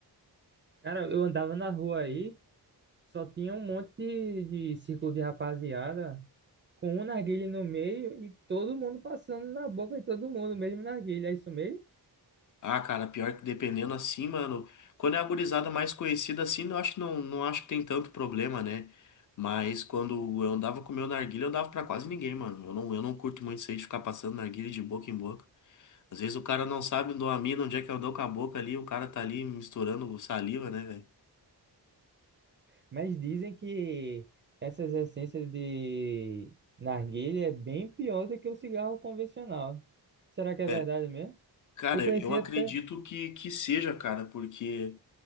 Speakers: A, on the right; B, on the left.
A: Cara, eu andava na rua aí, só tinha um monte de, de círculo de rapaziada. com um narguilé no meio e todo mundo passando na boca de todo mundo, mesmo narguilé, é isso mesmo?
B: Ah, cara, pior que dependendo assim, mano. Quando é a gurizada mais conhecida assim, eu acho que não, não acho que tem tanto problema, né? Mas quando eu andava com o meu narguilé, eu dava pra quase ninguém, mano. Eu não, eu não curto muito isso aí de ficar passando narguilé de boca em boca. Às vezes o cara não sabe do mina, onde é que eu dou com a boca ali, o cara tá ali misturando saliva, né, velho?
A: Mas dizem que essas essências de narguilé é bem pior do que o cigarro convencional. Será que é
B: É,
A: verdade mesmo?
B: cara,
A: Eu conheci
B: eu acredito
A: até.
B: que, que seja, cara, porque